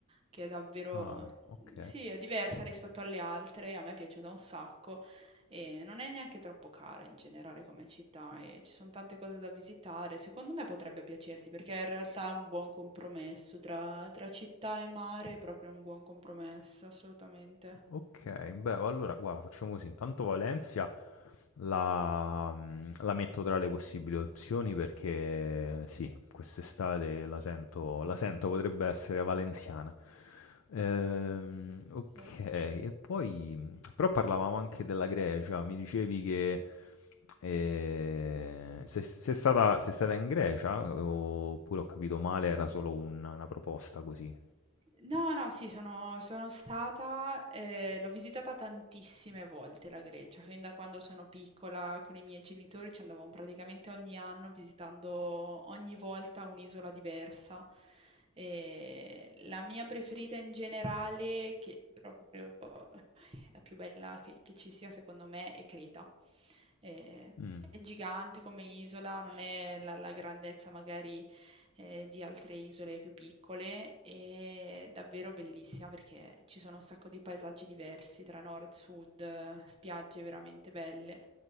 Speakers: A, on the right; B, on the left.
A: che è davvero,
B: Ah, ok.
A: sì, è diversa rispetto alle altre, a me è piaciuta un sacco e non è neanche troppo cara in generale come città e ci sono tante cose da visitare. Secondo me potrebbe piacerti perché in realtà è un buon compromesso tra, tra città e mare, è proprio un buon compromesso, assolutamente.
B: Ok, beh, allora guarda, facciamo così. Intanto Valencia la, mm, la metto tra le possibili opzioni perché sì, quest'estate la sento, la sento, potrebbe essere valenziana. Ehm, ok,
A: Sì.
B: e poi mm, però parlavamo anche della Grecia, mi dicevi che eh, se, se è stata, sei stata in Grecia oppure ho capito male, era solo un- una proposta così.
A: No, no, sì, sono, sono stata, eh, l'ho visitata tantissime volte la Grecia, fin da quando sono piccola con i miei genitori ci andavamo praticamente ogni anno visitando ogni volta un'isola diversa. E la mia preferita in generale, che proprio la più bella che che ci sia secondo me è Creta. Ehm,
B: Mm,
A: è gigante come isola, non è la la grandezza magari, ehm, di altre isole più piccole, è davvero bellissima perché ci sono un sacco di paesaggi diversi tra nord, e sud, eh, spiagge veramente belle.